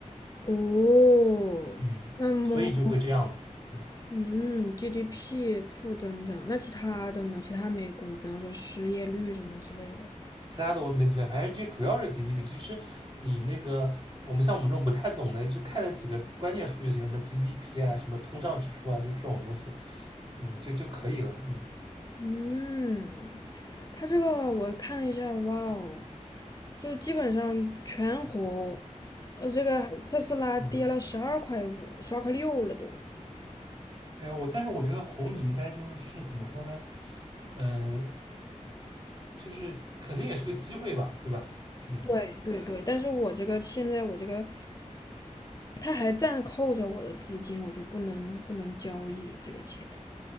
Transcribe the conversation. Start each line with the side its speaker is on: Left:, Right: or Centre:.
Left: 哦，
Right: 嗯，
Left: 那么
Right: 所以就会这样子，嗯，
Left: 嗯，GDP 负增长，那其他的呢？其他没公布，比方说失业率什么之类的。
Right: 其他的我没怎么看，反正就主要是 GDP，其实你那个我们像我们这种不太懂的，就看了几个关键数就行了，什么 GDP 啊，什么通胀指数啊，就这种东西，嗯，这就可以了，嗯
Left: 嗯，它这个我看了一下，哇哦，就基本上全红，呃，这个特斯拉跌了十二块五，
Right: 嗯，
Left: 十二块六了都。
Right: 对啊，我但是我觉得红你应该就是是怎么说呢，嗯，就是肯定也是个机会吧，对吧，嗯。
Left: 对对对，但是我这个现在我这个，它还暂扣着我的资金，我就不能不能交易这个钱。